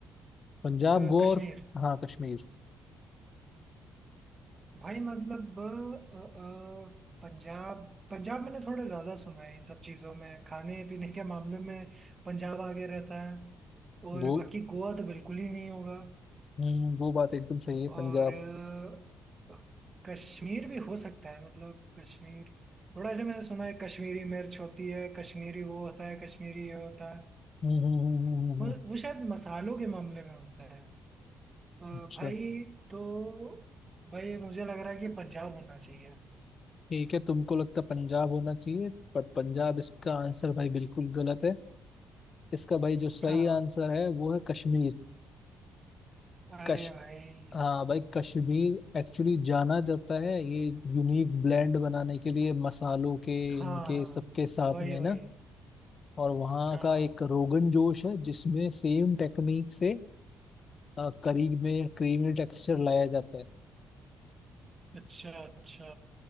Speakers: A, on the left (about 40°); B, on the right (about 30°).
A: पंजाब
B: क-
A: गोवा
B: कश्मीर
A: और हाँ कश्मीर
B: भाई मतलब अ, अ, पंजाब पंजाब मैंने थोड़ा ज्यादा सुना है इन सब चीजों में खाने पीने के मामले में पंजाब आगे रहता है और
A: वो
B: बाकी गोवा तो बिल्कुल ही नहीं होगा
A: हम्म वो बात एकदम सही है
B: और
A: पंजाब
B: अ, कश्मीर भी हो सकता है मतलब कश्मीर थोड़ा ऐसे मैंने सुना है कश्मीरी मिर्च होती है कश्मीरी वो होता है कश्मीरी ये होता है
A: हम्म हम्म हम्म, हम्म, हम्म,
B: वो,
A: हम्म।
B: वो शायद मसालों के मामले में होता है अ, भाई
A: अच्छा
B: तो भाई मुझे लग रहा है कि पंजाब होना चाहिए
A: ठीक है तुमको लगता है पंजाब होना चाहिए बट पंजाब इसका आंसर भाई बिल्कुल गलत है इसका भाई जो सही
B: हाँ
A: आंसर है वो है कश्मीर
B: अरे
A: कश
B: भाई
A: हाँ भाई कश्मीर एक्चुअली जाना जाता है ये यूनिक ब्लेंड बनाने के लिए मसालों के
B: हाँ
A: इनके सबके साथ
B: वही
A: में
B: वही
A: ना और वहाँ
B: हाँ
A: का एक रोगन जोश है जिसमें सेम टेक्निक से आ, करी में क्रीमी टेक्सचर लाया जाता है
B: अच्छा अच्छा